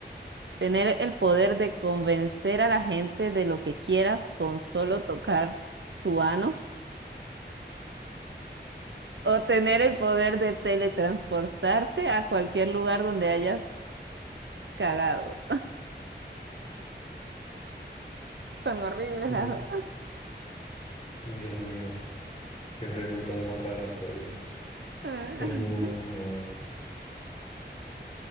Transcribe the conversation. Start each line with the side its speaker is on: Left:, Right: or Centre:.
Right: ¿Tener el poder de convencer a la gente de lo que quieras con solo tocar su ano? ¿O tener el poder de teletransportarte a cualquier lugar donde hayas cagado? Son horribles
Left: Ujú.
Right: las dos.
Left: Dios mío, qué preguntas más raras, por Dios.
Right: <laughs>
Left: Em,